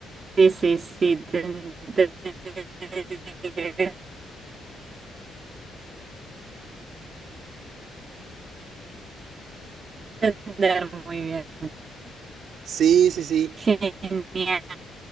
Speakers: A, on the right (about 30°); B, on the right (about 60°).
A: Sí, sí, sí. te- te- te- te- te- entender muy bien.
B: Sí, sí, sí.
A: Genial.